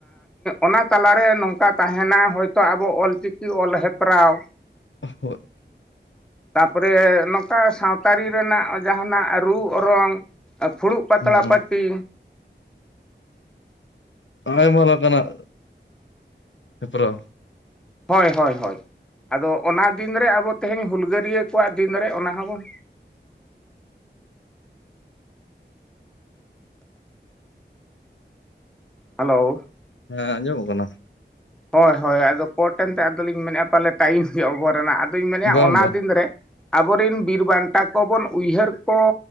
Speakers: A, in the centre; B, on the left.
A: ᱚᱱᱟ ᱛᱟᱞᱟᱨᱮ ᱱᱚᱝᱠᱟ ᱛᱟᱦᱮᱱᱟ ᱦᱚᱭᱛᱚ ᱟᱵᱚ ᱚᱞᱪᱤᱠᱤ ᱚᱞ ᱦᱮᱯᱨᱟᱣᱼᱼ
B: ᱦᱳᱭ
A: ᱛᱟᱯᱚᱨᱮ ᱱᱚᱝᱠᱟ ᱥᱟᱶᱛᱟ ᱟᱨᱤ ᱨᱮᱱᱟᱜ ᱡᱟᱸᱦᱟᱱᱟᱜ ᱨᱩ ᱚᱨᱚᱝ ᱯᱷᱩᱲᱩᱜ
B: ᱦᱩᱸ
A: ᱯᱟᱛᱲᱟ ᱯᱟᱹᱴᱤ
B: ᱟᱭᱢᱟ ᱞᱮᱠᱟᱱᱟᱜ, ᱦᱮᱯᱨᱟᱣ
A: ᱦᱳᱭ ᱦᱳᱭ ᱦᱳᱭ ᱟᱫᱚ ᱚᱱᱟ ᱫᱤᱱ ᱨᱮ ᱟᱵᱚ ᱛᱮᱦᱮᱧ ᱦᱩᱞᱜᱟᱹᱨᱭᱟᱹ ᱠᱚᱣᱟᱜ ᱫᱤᱱᱨᱮ ᱚᱱᱟ ᱦᱚᱸᱵᱚᱱ ᱦᱮᱞᱳ
B: ᱦᱮᱸ ᱟᱸᱡᱚᱢᱚᱜ ᱠᱟᱱᱟ
A: ᱦᱳᱭ ᱦᱳᱭ ᱟᱫᱚ ᱠᱳᱴ ᱮᱱᱛᱮ ᱟᱫᱚᱞᱤᱧ ᱢᱮᱱᱮᱫᱼᱟ ᱯᱟᱞᱮ ᱴᱟᱭᱤᱢ ᱜᱮ ᱚᱵᱷᱟᱨ ᱮᱱᱟ ᱟᱫᱚᱧ ᱢᱮᱱᱮᱜᱼᱟ
B: ᱵᱟᱝ
A: ᱚᱱᱟ
B: ᱵᱟᱝ
A: ᱫᱤᱱ ᱨᱮ ᱟᱵᱚᱨᱮᱱ ᱵᱤᱨ ᱵᱟᱱᱴᱟ ᱠᱚᱵᱚᱱ ᱩᱭᱦᱟᱹᱨ ᱠᱚ